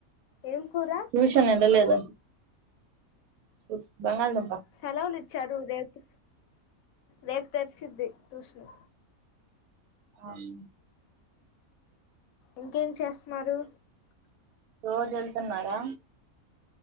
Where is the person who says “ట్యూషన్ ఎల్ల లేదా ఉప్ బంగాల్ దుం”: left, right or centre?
Right